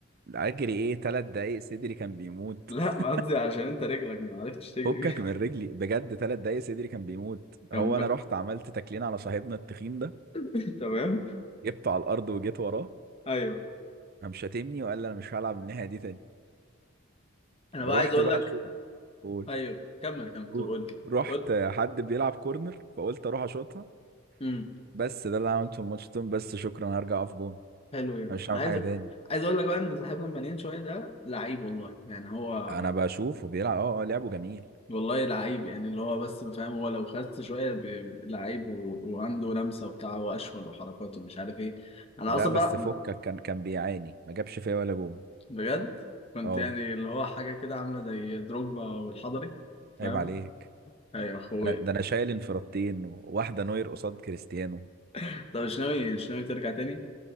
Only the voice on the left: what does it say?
لا
ما قصدي عشان انت رجلك ما عرفتش تجري
بيها
<laughs> كان
بقى
<laughs> تمام
ايوه
انا بقى
عايز اقول
لك
ايوه كمل كمل
طب قول لي
قول
امم
حلو يعني
عايز
عايز اقول لك بقى ان صاحبنا المليان شويه ده لعيب والله يعني هو
والله لعيب يعني اللي هو بس فاهم هو لو خس شويه بي... لعيب و... وعنده لمسه وبتاع واشول وحركات ومش عارف ايه انا
اصلا
بقى
بجد كنت
يعني اللي هو حاجة كده عاملة زي دروجبا والحضري فاهم
ايوه اخويا
<laughs> طب مش ناوي مش ناوي ترجع تاني